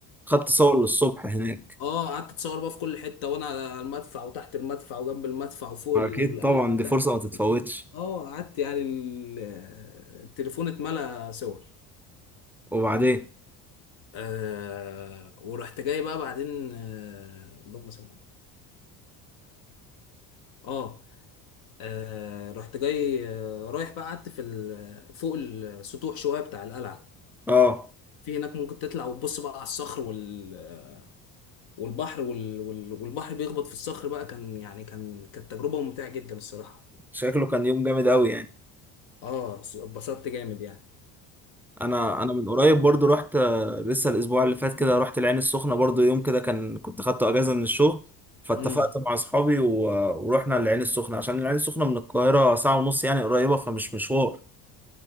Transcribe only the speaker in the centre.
خدت صور للصبح هناك
اكيد
طبعا
دي فرصة ما تتفوتش
وبعدين
اه
شكله كان يوم جامد قوي يعني
انا انا من قريب برضو رحت آه، لسه الاسبوع اللي فات كده رحت العين السخنه برضو يوم كده كان كنت خدته اجازه من الشغل فاتفقت
مع اصحابي و- ورحنا العين السخنه عشان العين السخنه من القاهره ساعه ونص يعني قريبه فمش مشوار